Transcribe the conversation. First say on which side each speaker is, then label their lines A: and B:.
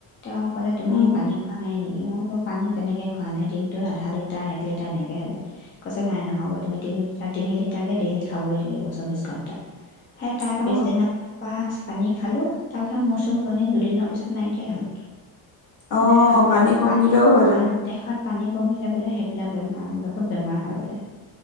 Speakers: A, on the left (about 30°); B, on the left (about 45°).
A: তেওঁ ক'লে তুমি
B: উম
A: পানী খোৱা নাই নেকি। মই কলো পানী তেনেকৈ খোৱা নাই দিনটোত আধা লিটাৰ এক লিটাৰ এনেকৈ হৈ যায় কৈছে নাই নহ'ব তুমি তিনি লিটাৰ তিনি লিটাৰকে ডেইলি খাবই লাগিব চৌব্ববিছ ঘণ্টাত সেই তাৰ
B: অ
A: পিছদিনাখনৰ পৰা পানী খালোঁ। তাৰপিছত মোৰ চোৰ ঘুৰণি দুদিনৰ পিছত নাইকিয়াই হল।
B: অ
A: মানে আমাৰ
B: পানী
A: বোলে
B: কমিলেও
A: পানী
B: হয় তেনেকুৱা
A: দেহত। পানী কমিলে বোলে সেইবিলাক বেমাৰ বহুত বেমাৰ হয় বোলে।